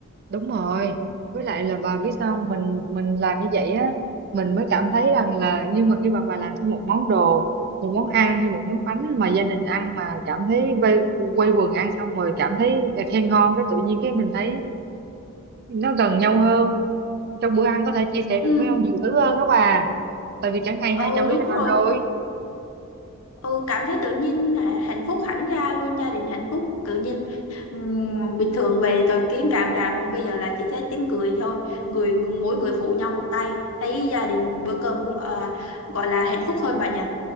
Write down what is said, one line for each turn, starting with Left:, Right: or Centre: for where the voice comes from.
Right: đúng rồi với lại là bà biết sao không? mình mình làm như vậy á mình mới cảm thấy rằng là nhưng mà khi bà bà làm thêm một món đồ một món ăn hay một món bánh mà gia đình ăn mà cảm thấy vây quây quần ăn xong rồi cảm thấy khen ngon cái tự nhiên cái mình thấy nó gần nhau hơn trong bữa ăn có thể chia sẻ được
Left: ừ
Right: với nhau nhiều thứ hơn đó bà tại vì cả ngày
Left: ừ
Right: hai chồng
Left: đúng
Right: đi làm
Left: rồi
Right: rồi
Left: ừ cảm thấy tự nhiên hà- hạnh phúc hẳn ra luôn gia đình hạnh phúc tự nhiên ừm, bình thường về rồi kiến càm ràm bây giờ là chỉ thấy tiếng cười thôi người mỗi người phụ nhau một tay thấy gia đình bữa cơm cũng ờ, gọi là hạnh phúc hơn bà nhỉ